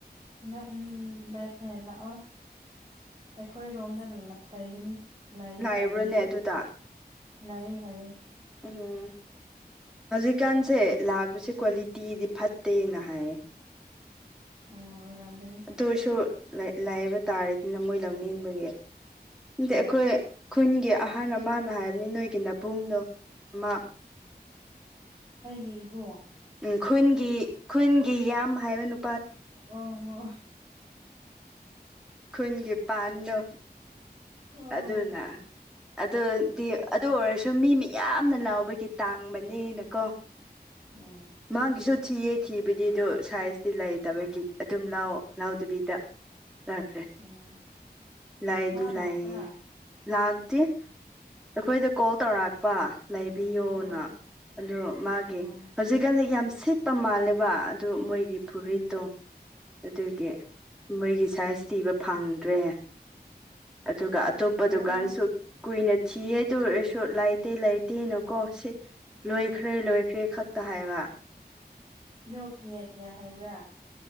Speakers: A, on the right; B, in the centre.
A: ꯅ ꯎꯝ ꯂꯥꯛꯑꯣ ꯑꯩꯈꯣꯏ ꯔꯣꯝꯗ ꯂꯩꯒꯅꯤ ꯂꯩ
B: ꯂꯥꯛꯕ꯭ꯔꯣꯅꯦ
A: ꯍꯥꯏꯕꯅꯤ
B: ꯑꯗꯨꯗ
A: ꯂꯩ ꯍꯥꯏꯌꯦ
B: ꯎꯝ ꯍꯧꯖꯤꯛꯀꯥꯟꯁꯦ ꯂꯥꯛꯄꯁꯦ ꯀ꯭ꯋꯥꯂꯤꯇꯤꯗꯤ ꯐꯠꯇꯦꯅ ꯍꯥꯏꯌꯦ
A: ꯑꯣ ꯑꯣꯏꯔꯝꯒꯅꯤ
B: ꯑꯗꯨꯔꯁꯨ ꯂꯥꯏꯕ ꯇꯥꯔꯦꯅꯤꯅ ꯃꯣꯏ ꯂꯧꯅꯤꯡꯕꯒꯤ ꯑꯇ
A: ꯍꯣꯏ
B: ꯑꯩꯈꯣꯏ ꯈꯨꯟꯒꯤ ꯑꯍꯥꯟꯕ ꯑꯃꯅ ꯍꯥꯏꯕꯅꯤ ꯅꯣꯏꯒꯤꯅꯕꯨꯡꯗꯣ ꯑꯃ
A: ꯑꯩꯒꯤ ꯏꯕꯨꯡꯣ
B: ꯎꯝ ꯈꯨꯟꯒꯤ ꯈꯨꯟꯒꯤ ꯌꯥꯝ ꯍꯥꯏꯕꯅꯨ
A: ꯑꯣ
B: <unintelligible> ꯒꯤ ꯄꯥꯟꯗꯣ
A: ꯑꯣ
B: ꯑꯗꯨꯅ ꯑꯗꯨꯗꯤ ꯑꯗꯨ ꯑꯣꯏꯔꯁꯨ ꯃꯤ ꯃꯤ ꯌꯥꯝꯅ ꯂꯥꯎꯕꯒꯤ ꯇꯥꯡꯕꯅꯦꯅꯀꯣ
A: ꯎꯝ
B: ꯃꯥꯒꯤꯁꯨ ꯊꯤꯌꯦ ꯊꯤꯕꯗꯤ ꯑꯗꯨ ꯁꯥꯏꯖꯇꯤ ꯂꯩꯇꯕꯒꯤ ꯑꯗꯨꯝ ꯂꯥꯛꯑꯣ ꯂꯥꯎꯗꯕꯤꯗ ꯆꯥꯈ꯭ꯔꯦ
A: ꯎꯝ
B: ꯂꯥꯏꯑꯗꯤ
A: ꯃꯥ ꯂꯥꯛꯄ꯭ꯔꯥ
B: ꯂꯥꯛꯌꯦ ꯂꯥꯛꯇꯦ ꯑꯩꯈꯣꯏꯗ ꯀꯣꯜ ꯇꯧꯔꯛꯄ ꯂꯩꯕꯤꯌꯣꯅ
A: ꯎꯝ
B: ꯑꯗꯨ ꯃꯥꯒꯤ
A: ꯎꯝ
B: ꯍꯧꯖꯤꯛꯀꯥꯟꯗꯤ ꯌꯥꯝ ꯁꯤꯠꯄ ꯃꯥꯜꯂꯦꯕ ꯑꯗꯨ ꯃꯣꯏꯒꯤ ꯐꯨꯔꯤꯠꯇꯣ
A: ꯎꯝ
B: ꯑꯗꯨꯒꯤ ꯃꯣꯏꯒꯤ ꯁꯥꯏꯖ ꯊꯤꯕ ꯐꯪꯗ꯭ꯔꯦ ꯑꯗꯨꯒ ꯑꯇꯣꯞꯄ
A: ꯌꯥꯝ
B: ꯗꯨꯀꯥꯟꯁꯨ ꯀꯨꯏꯅ ꯆꯤꯌꯦ ꯑꯗꯨ ꯑꯣꯏꯔꯁꯨ ꯂꯩꯇꯦ ꯂꯩꯇꯦꯅꯀꯣ ꯁꯤ ꯂꯣꯏꯈ꯭ꯔꯦ ꯂꯣꯏꯈ꯭ꯔꯦ ꯈꯛꯇ ꯍꯥꯏꯕ
A: ꯅꯣ ꯀꯌꯥ ꯀꯌꯥ ꯍꯥꯏꯕ꯭ꯔꯥ